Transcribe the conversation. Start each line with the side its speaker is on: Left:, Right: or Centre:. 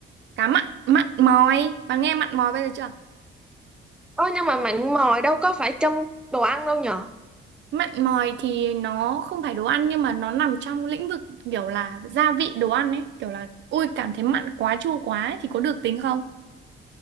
Right: cá mặn, mặn mòi. Bà nghe mặn mòi bây giờ chưa?
Centre: Ôi nhưng mà mặn mòi đâu có phải trong đồ ăn đâu nhở
Right: Mặn mòi thì nó không phải đồ ăn nhưng mà nó nằm trong lĩnh vực kiểu là gia vị đồ ăn ấy, kiểu là ui cảm thấy mặn quá chua quá ấy, thì có được tính không?